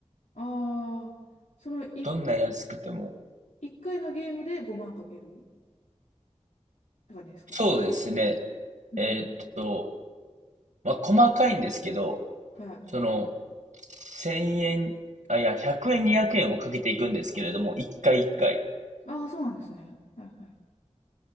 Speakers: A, on the left (about 80°); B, on the right (about 85°).
A: ああ、その1、
B: どんな安くても。
A: 一回のゲームで5万かけるって感じですか
B: そうですね。
A: うん。
B: えーっと、まあ細かいんですけど、
A: はい。
B: その、1000円、あ、いや、100円、200円をかけていくんですけれども、1回1回。
A: ああ、そうなんですね。はいはい。